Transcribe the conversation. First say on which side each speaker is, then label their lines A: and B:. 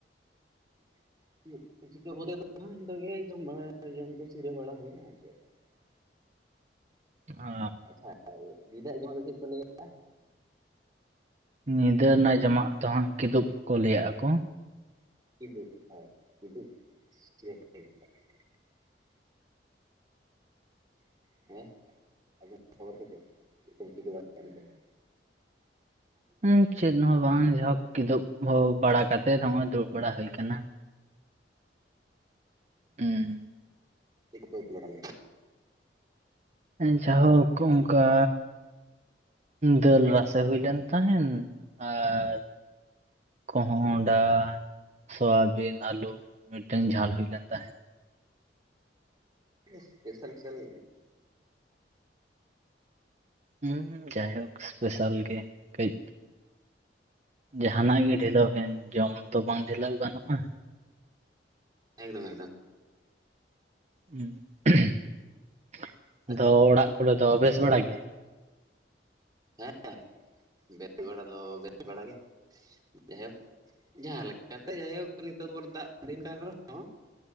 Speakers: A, on the right (about 25°); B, on the right (about 40°).
A: <inaudible> <inaudible> <unintelligible> <inaudible> <unintelligible> ᱟᱨ ᱪᱮᱫ
B: <inaudible> ᱚ,
A: ᱟᱪᱪᱷᱟ <unintelligible> ᱫᱚ ᱪᱮᱫ ᱠᱚ ᱞᱟᱹᱭᱟ
B: ᱧᱤᱫᱟᱹ ᱨᱮᱱᱟᱜ ᱡᱚᱢᱟᱜ ᱫᱚ ᱦᱟᱸᱜ ᱠᱤᱫᱩᱵ ᱠᱚ ᱞᱟᱹᱭᱟᱜᱼᱟ ᱠᱚ
A: <unintelligible> ᱠᱤᱫᱩᱵ <inaudible> <inaudible>
B: ᱦᱮᱸ ᱪᱮᱫ ᱦᱚᱸ ᱵᱟᱝ ᱡᱚᱠ ᱠᱤᱫᱩᱵ ᱵᱟᱲᱟ ᱠᱟᱛᱮᱜ ᱦᱚᱸᱜᱚᱭ ᱫᱩᱲᱩᱵ ᱵᱟᱲᱟ ᱦᱩᱭ ᱟᱠᱟᱱᱟ ᱦᱩᱸ,
A: ᱠᱚ ᱠᱚ ᱵᱟ <inaudible>
B: ᱡᱟᱭ ᱦᱳᱠ ᱚᱱᱠᱟ ᱫᱟᱹᱞ ᱨᱟᱥᱮ ᱦᱩᱭ ᱞᱮᱱ ᱛᱟᱦᱮᱱ ᱟᱨ ᱠᱚᱸᱦᱚᱸᱰᱟ ᱥᱚᱣᱟᱵᱤᱱ ᱟᱹᱞᱩ ᱢᱤᱫᱴᱮᱱ ᱡᱷᱟᱞ ᱦᱩᱭ ᱞᱮᱱ ᱛᱟᱦᱮᱸᱫ
A: ᱥᱯᱮᱥᱟᱞ
B: ᱦᱮᱸ ᱡᱟᱭᱦᱳᱠ ᱥᱯᱮᱥᱟᱞ ᱜᱮ ᱠᱟᱹᱡ ᱡᱟᱦᱟᱱᱟᱜ ᱜᱮ ᱰᱷᱤᱞᱟᱹᱣ ᱠᱤᱱ ᱡᱚᱢ ᱛᱚ ᱵᱟᱝ ᱰᱷᱤᱞᱟᱹᱣ ᱜᱟᱱᱚᱜᱼᱟ
A: ᱮᱠᱫᱚᱢ ᱮᱠᱫᱚᱢ
B: ᱦ <inaudible> ᱟᱫᱚ
A: ᱟᱪᱪᱷᱟ
B: ᱚᱲᱟᱜ ᱠᱚᱨᱮ ᱫᱚ ᱵᱮᱥ ᱵᱟᱲᱟ ᱜᱮ
A: ᱦᱮᱸ ᱵᱮ <inaudible> ᱵᱮᱲᱟ ᱫᱚ ᱵ <inaudible> ᱵᱟᱲᱟ ᱜᱮ ᱡᱟᱭᱦᱳᱠ ᱡᱟᱦᱟᱸ ᱞᱮᱠᱟᱛᱮ ᱡᱟᱭᱦᱳᱠ ᱱᱤᱛᱚᱜ ᱵᱷᱳᱨ <inaudible> ᱫᱟᱜ ᱫᱤᱱ ᱠᱟᱱ ᱨᱮᱦᱚᱸ